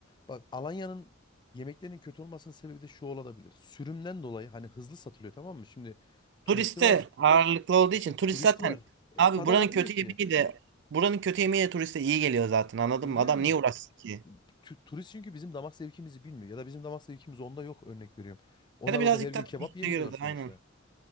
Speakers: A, on the left (about 20°); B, on the right (about 60°).
A: Bak Alanya'nın yemeklerinin kötü olmasının sebebi de şu olabilir. Sürümden dolayı hani hızlı satılıyor tamam mı? Şimdi turisti
B: Turiste
A: var.
B: ağırlıklı olduğu
A: İşte
B: için turist
A: turist
B: zaten
A: var. E,
B: abi
A: tada
B: buranın
A: bakmıyor
B: kötü
A: ki.
B: yemeği de buranın kötü yemeği de turiste iyi geliyor zaten anladın
A: E yani
B: mı? Adam niye uğraşsın ki?
A: tu- turist çünkü bizim damak zevkimizi bilmiyor. Ya da bizim damak zevkimiz onda yok örnek veriyorum. Onlar
B: Ya da birazcık
A: orada her gün
B: daha
A: kebap
B: turiste
A: yemiyorlar
B: göre de
A: sonuçta.
B: aynen.